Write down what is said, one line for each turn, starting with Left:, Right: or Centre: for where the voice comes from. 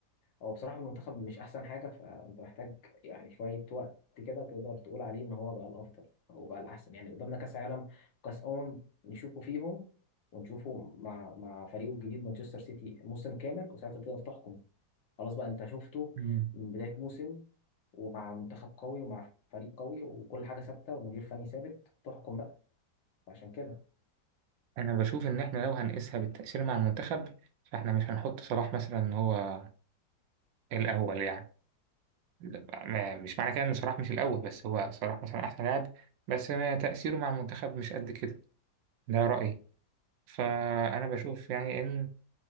Left: هو بصراحة المنتخب مش أحسن حاجة فأنت محتاج يعني شوية وقت كده تقدر تقول عليه إن هو بقى الأفضل أو بقى الأحسن يعني قدامنا كأس عالم كأس أمم نشوفه فيهم ونشوفه مع مع فريقه الجديد مانشستر سيتي موسم كامل وساعتها تقدر تحكم خلاص بقى أنت شفته
Right: مم.
Left: من بداية موسم ومع منتخب قوي ومع فريق قوي وكل حاجة ثابتة ومدير فني ثابت تحكم بقى فعشان كده
Right: أنا بشوف إن إحنا لو هنقيسها بالتأثير مع المنتخب فإحنا مش هنحط صلاح مثلا إن هو الأول يعني لا، ما- مش معنى كده إن صلاح مش الأول بس هو صلاح مثلا أحسن لاعب بس ما تأثيره مع المنتخب مش قد كده ده رأيي فأنا بشوف يعني إن